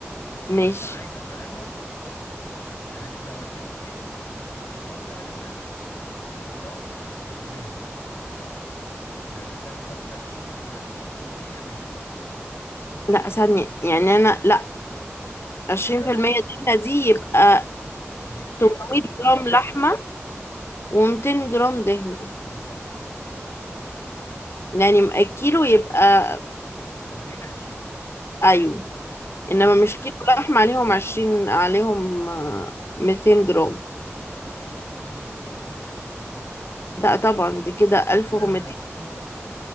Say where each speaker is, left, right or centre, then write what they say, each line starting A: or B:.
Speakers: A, on the left (about 60°); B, on the left (about 85°).
A: ماشي
B: بس عايزه معاهم يعني انت لو هتجيبي كيلو هتحط عليها 200 جرام دهنه يعني هتحط 20 ج- 20% دهنه
A: لا ثانية يعني أنا لا عشرين
B: هت...
A: في المية دهنة دي يبقى
B: من الكيلو
A: 800
B: هتحط 200
A: جرام
B: جرام
A: لحمة و200 جرام دهنة
B: بالظبط
A: يعني م- الكيلو يبقى
B: 80 20
A: أيوة إنما
B: حلو
A: مش كيلو لحمة عليهم عشرين عليهم آه، 200 جرام
B: ما هو الكيلو لحمه عليهم 200 جرام هي 20 80
A: لا طبعا دي كده 1200
B: يا لهوي يا دكتوره